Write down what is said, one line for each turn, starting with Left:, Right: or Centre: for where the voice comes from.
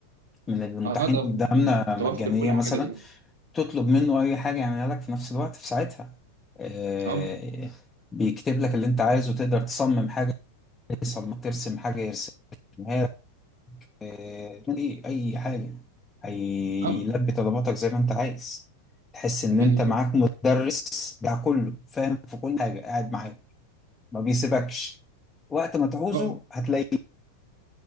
Left: من المتاحين
Right: اه ده
Left: قدامنا مجانية
Right: توفر كل حاجة
Left: مثلا
Right: دلوقتي
Left: تطلب منه اي حاجه يعملها لك في نفس الوقت في ساعتها آه،
Right: اب
Left: بيكتب لك اللي انت عايزه تقدر تصمم حاجه يصمم ترسم حاجه يرسمها لك آه، اي اي حاجه هيلبي
Right: اب
Left: طلباتك زي ما انت عايز تحس ان
Right: بيدو-
Left: انت معاك مدرس بتاع كله فاهم في كل حاجه قاعد معاك ما بيسيبكش وقت ما تعوزه
Right: اه
Left: هتلاقيه